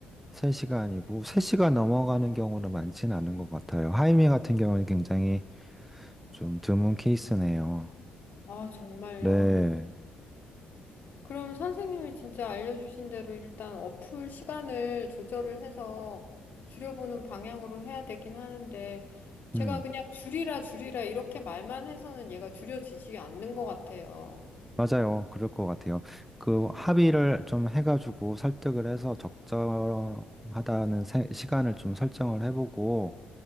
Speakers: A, in the centre; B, on the left.
A: 3시간이고, 3시간 넘어가는 경우는 많지는 않은 것 같아요. 하이미 같은 경우는 굉장히 좀 드문 케이스네요.
B: 아, 정말요?
A: 네.
B: 그럼 선생님이 진짜 알려주신 대로 일단 어플 시간을 조절을 해서 줄여보는 방향으로 해야 되긴 하는데, 제가
A: 음,
B: 그냥 줄이라 줄이라 이렇게 말만 해서는 얘가 줄여지지 않는 것 같아요.
A: 맞아요. 그럴 것 같아요. 그 합의를 좀 해가지고 설득을 해서 적절하다는 세- 시간을 좀 설정을 해보고,